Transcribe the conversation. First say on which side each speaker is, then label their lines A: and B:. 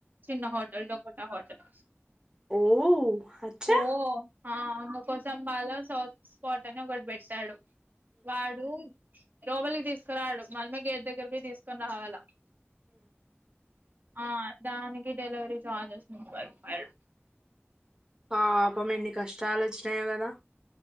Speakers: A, on the right (about 45°); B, on the right (about 20°).
A: చిన్న హోటల్ డకోటా హోటల్
B: ఓ అచ్చా
A: ఓహో ఆ అవును కోసం బాలో సౌత్ స్పాట్ అని ఒకటి పెట్టారు వాడు లోపలికి తీసుకురాడు మనమే గేట్ దగ్గరకి పొయ్యి తీసుకొని రావాలా ఆ దానికి డెలివరీ చార్జెస్ ముప్పై రూపాయలు
B: పాపం ఎన్ని కష్టాలు వచ్చినాయో కదా